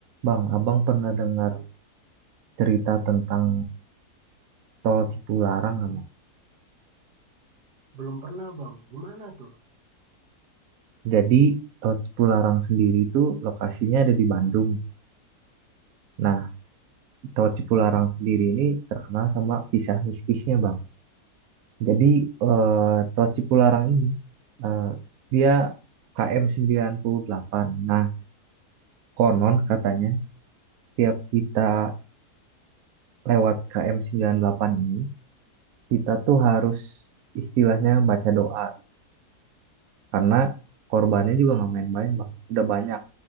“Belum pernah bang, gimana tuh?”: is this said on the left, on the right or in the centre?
Right